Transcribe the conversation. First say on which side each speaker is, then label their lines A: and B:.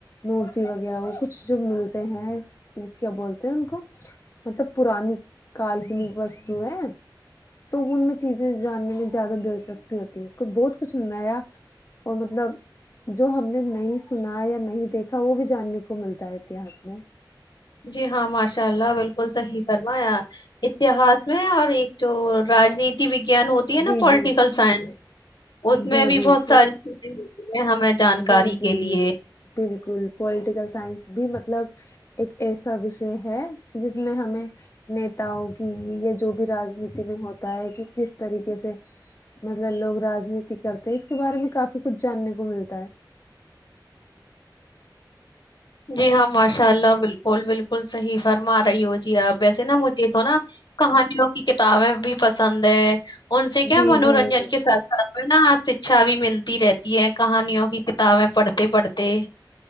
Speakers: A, on the left (about 35°); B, on the left (about 65°).
A: مورتی وغیرہ وہ کچھ جو ملتے ہیں کیا بولتے ہیں ان کو مطلب پرانی کاالپنک وستو ہے تو ان میں چیزیں جاننے میں زیادہ دلچسپی ہوتی ہے بہت کچھ نیا اور مطلب جو ہم نے نہیں سنا یا نہیں دیکھا وہ بھی جاننے کو ملتا ہے اتہاس میں
B: جی ہاں ماشاء اللہ بالکل صحیح فرمایا اتہاس میں اور ایک جو راجنیتی وگان ہو ہے
A: جی
B: نا پالیٹیکل
A: جی جی
B: سائنس اس
A: جی
B: میں بھی بہت ساری چیزیں ہمیں جانکاری
A: جی جی
B: کے لیے
A: بالکل پولیٹیکل سائنس بھی مطلب ایک ایسا وشے ہے جس میں ہمیں نیتاؤ کی یا جو بھی راجنیتی میں ہوتا ہے کہ کس طریقے سے مطلب لوگ راجنیتی کرتے اس کے بارے میں کافی کچھ جاننے کو ملتا ہے
B: جی ہاں ماشاء اللہ بالکل بالکل صحیح فرما رہی ہو جی آپ ویسے نا مجھے تو نا کہانیوں کی کتابیں بھی پسند ہے ان سے کیا
A: جی
B: منورنجن
A: جی جی
B: کے ساتھ نا شکچھا بھی ملتی رہتی ہے کہانیوں کی کتابیں پڑھتے پڑھتے